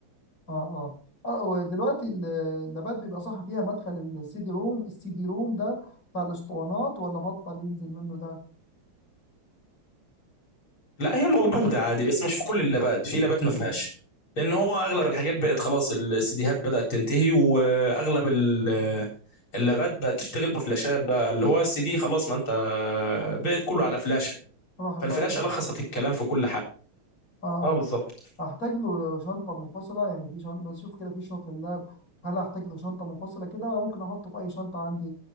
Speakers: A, on the left (about 40°); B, on the left (about 70°).
A: اه اه اه ودلوقتي ال- اللابات بيبقى صح فيها مدخل السي دي روم السي دي روم ده بتاع الاسطوانات ولا بطل ينزل منه ده
B: لا هي موجوده عادي بس مش في كل اللابات في لابات ما فيهاش لان هو اغلب الحاجات بقت خلاص السيديهات بدات تنتهي واغلب ال- اللابات بقت تشتغل بفلاشات بقى اللي هو السي دي خلاص ما انت بقت كله على فلاشه
A: راحت
B: فالفلاشه
A: عليه
B: لخصت الكلام في كل حاجه
A: اه
B: اه بالظبط
A: اه هحتاج له شنطة منفصلة يعني في شنطة بشوف كده في شنط اللاب هل هحتاج له شنطة منفصلة كده ولا ممكن احطه في اي شنطة عندي